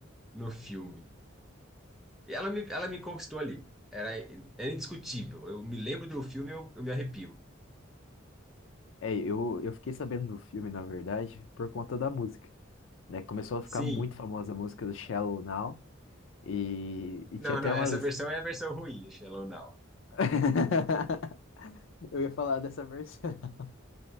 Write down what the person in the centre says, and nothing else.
no filme. E ela me, ela me conquistou ali. Era, era indiscutível. Eu me lembro do filme, eu, eu me arrepio.
Sim.
Não,
não, essa
versão é a versão ruim, Shallow Now.